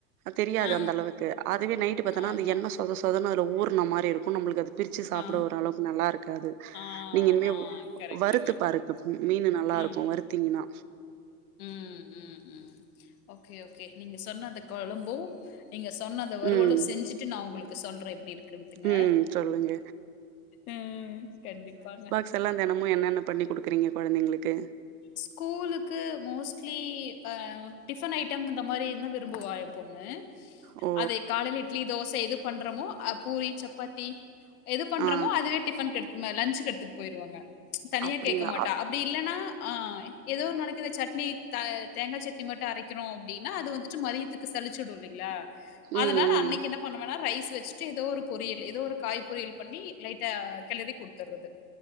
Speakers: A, on the right; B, on the left.
A: தெரியாது
B: ஆ
A: அந்த அளவுக்கு அதுவே நைட்டு பாத்தனா
B: ஆமா
A: அந்த எண்ண சு சொத சொதனு அதுல ஊர்ன மாரி இருக்கும் நம்மளுக்கு அது பிரிச்சு சாப்ட
B: ஆ
A: ஒரளவுக்கு நல்லா இருக்காது
B: ஆ
A: நீங்க இனிமே
B: ஆ கரெக்ட்டுங்க
A: வறுத்து பாருங்க மீனு நல்லா இருக்கு
B: ம்
A: வருத்தீங்கன்னா
B: ம் ம் ம் ஓகே ஓகே நீங்க சொன்ன அந்த கொழம்பு நீங்க சொன்ன அந்த வறுவளு
A: ம்.
B: செஞ்சுட்டு நா உங்களுக்கு சொல்ற எப்டி இருக்குன்ட்டுங்க
A: ம். சொல்லுங்க.
B: ம் கண்டிப்பாங்க
A: இப்போல்லா தெனமு என்னென்ன பண்ணி குடுக்குறீங்க கொழந்தைங்களுக்கு
B: ஸ்கூல் க்கு மோஸ்ட்லி அ டிஃபன் ஐட்டம் இந்த மாரி இருந்தா விரும்புவா எ பொண்ணு
A: ஓ
B: அதே காலைல இட்லி தோச எது பண்றோமோ பூரி சப்பாத்தி எது பண்றமோ
A: ஆ
B: அதுவே டிஃபன்க்கு எடுத் லஞ்ச் சுக்கு எடுத்துட்டு போய்ருவாங்க தனியா
A: அப்டிங்களா
B: கேக்க மாட்
A: அ
B: அப்டி இல்லன்னா ஏதோ ஒரு நாளைக்கு இந்த சட்னி த தேங்கா சட்னி மட்டு அரைக் கிறோ அப்டின்னா அது வந்து மதியத்துக்கு சலிச்சுடு இல்லிங்ளா அதனால
A: ம் ம்
B: அன்னைக்கு என்ன பண்ணுவன்ணா ரைஸ் வச்சிட்டு ஏதோ ஒரு பொரியல் ஏதோ ஒரு காய் பொரியல் பண்ணி லைட்டா கெளரி குடுத்தறது